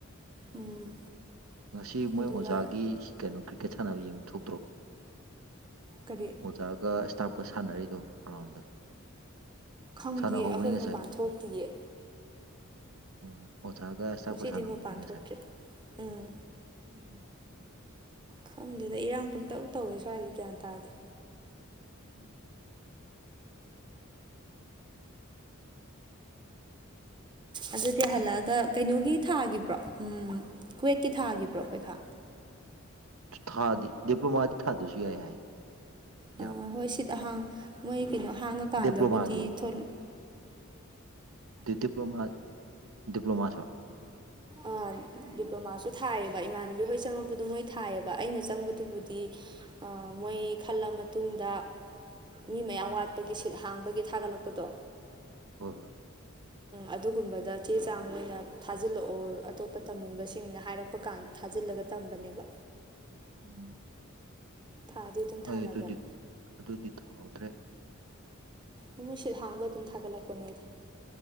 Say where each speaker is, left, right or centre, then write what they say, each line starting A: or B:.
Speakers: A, on the right; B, on the right.
A: ꯎꯝ
B: ꯉꯁꯤ ꯃꯣꯏ
A: ꯑꯗꯨꯒ
B: ꯑꯣꯖꯥꯒꯤ ꯀꯩꯅꯣ ꯀ꯭ꯔꯤꯀꯦꯠ ꯁꯥꯟꯅꯕ ꯌꯦꯡꯕ ꯊꯣꯛꯇ꯭ꯔꯣ
A: ꯀꯔꯤ
B: ꯑꯣꯖꯥꯒ ꯏꯁ꯭ꯇꯥꯞꯀ ꯁꯥꯟꯅꯔꯤꯗꯣ ꯒ꯭ꯔꯥꯎꯟꯗ
A: ꯈꯪꯗꯦ
B: ꯁꯥꯟꯅꯍꯧꯕꯅꯤ
A: ꯑꯩꯈꯣꯏ
B: ꯉꯁꯥꯏ
A: ꯃꯄꯥꯟ ꯊꯣꯛꯇꯤꯌꯦ
B: ꯎꯝ ꯑꯣꯖꯥꯒ ꯏꯁꯇꯥꯞꯀ
A: ꯉꯁꯤꯗꯤ
B: ꯁꯥꯟꯅꯍꯧꯕꯅꯤ
A: ꯃꯄꯥꯟ
B: ꯉꯁꯥꯏ
A: ꯊꯣꯛꯇ꯭ꯔꯤ ꯎꯝ
B: ꯎꯝ
A: ꯈꯪꯗꯦꯗ ꯏꯔꯥꯡ ꯄꯨꯡꯇꯧ ꯇꯧꯋꯦ ꯁ꯭ꯋꯥꯏ ꯒ꯭ꯌꯥꯟ ꯇꯥꯗꯦ
B: <inaudible>
A: ꯑꯗꯨꯗꯤ ꯍꯜꯂꯛꯑꯒ ꯀꯩꯅꯣꯒꯤ ꯊꯥꯒꯤꯈꯤꯕ꯭ꯔꯣ ꯎꯝ ꯀ꯭ꯋꯦꯠꯀꯤ ꯊꯥꯒꯤꯕ꯭ꯔꯣ ꯄꯩꯈꯥ
B: ꯊꯥꯗꯤ ꯗꯤꯄ꯭ꯂꯣꯃꯥꯗꯤ ꯊꯥꯗꯔꯁꯨ ꯌꯥꯏ ꯍꯥꯏ
A: ꯑ
B: ꯌꯥꯕ꯭ꯔꯣ
A: ꯍꯣꯏ ꯁꯤꯠ ꯑꯍꯥꯡ ꯃꯣꯏ ꯀꯩꯅꯣ ꯍꯥꯡꯉꯀꯥꯟꯗꯕꯨꯗꯤ
B: ꯗꯤꯄ꯭ꯂꯣꯃꯥꯒꯤ
A: ꯊꯣꯂ
B: ꯗꯤꯄ꯭ꯂꯣꯃꯥ ꯗꯤꯄ꯭ꯂꯣꯃꯥ ꯁꯣ
A: ꯑꯥ ꯗꯤꯄ꯭ꯂꯣꯃꯥꯁꯨ ꯊꯥꯏꯌꯦꯕ ꯏꯃꯥꯟꯅꯕꯤ ꯍꯣꯏ ꯆꯪꯉꯛꯄꯗꯨ ꯃꯣꯏ ꯊꯥꯏꯌꯦꯕ ꯑꯩꯅ ꯆꯪꯕꯗꯨꯕꯨꯗꯤ ꯃꯣꯏ ꯈꯜꯂ ꯃ ꯇꯨꯡꯗ ꯃꯤ ꯃꯌꯥꯝ ꯋꯥꯠꯄꯒꯤ ꯁꯤꯠ ꯍꯥꯡꯕꯒꯤ ꯊꯥꯒꯠꯂꯛꯄꯗꯣ
B: ꯍꯣꯏ ꯍꯣꯏ
A: ꯑꯗꯨꯒꯨꯝꯕꯗ ꯆꯦ ꯆꯥꯡ ꯃꯣꯏꯅ ꯊꯥꯖꯤꯜꯂꯛꯑꯣ ꯑꯇꯣꯞꯄ ꯇꯝꯅꯤꯡꯕꯁꯤꯡꯅ ꯍꯥꯏꯔꯛꯄ ꯀꯥꯟ ꯊꯥꯖꯤꯜꯂꯒ ꯇꯝꯕꯅꯦꯕ
B: <inaudible>
A: ꯊꯥꯗꯤ ꯑꯗꯨꯝ ꯊꯥꯅꯕꯅꯦ
B: ꯑꯩ ꯑꯗꯨꯗꯤ ꯑꯗꯨꯗꯤ ꯊꯥꯍꯧꯗ꯭ꯔꯦ
A: ꯎꯝ ꯃꯣꯏ ꯁꯤꯠ ꯍꯥꯡꯕ ꯑꯗꯨꯝ ꯊꯥꯒꯠꯂꯛꯄꯅꯦꯗ